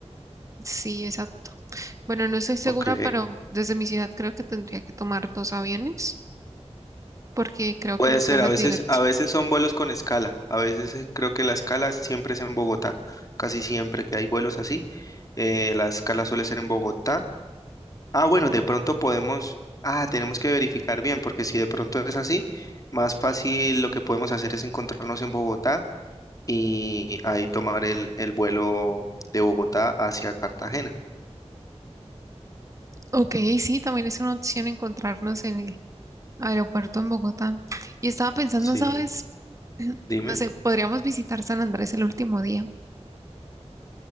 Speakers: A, on the right; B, on the left.
A: Sí, exacto. Bueno, no estoy segura,
B: Ok.
A: pero desde mi ciudad creo que tendría que tomar dos aviones porque creo
B: Puede
A: que no sale
B: ser, a veces,
A: directo.
B: a veces
A: <laughs>
B: son vuelos con escala, a veces eh, creo que la escala siempre es en Bogotá, casi siempre que hay vuelos así, eh, la escala suele ser en Bogotá. Ah, bueno, de pronto podemos, ah, tenemos que verificar bien, porque si de pronto es así, más fácil lo que podemos hacer es encontrarnos en Bogotá y ahí tomar el, el vuelo de Bogotá hacia Cartagena.
A: Ok, sí, también es una opción encontrarnos en el aeropuerto en Bogotá. Y estaba pensando,
B: Sí,
A: ¿sabes?
B: dime.
A: No sé, podríamos visitar San Andrés el último día.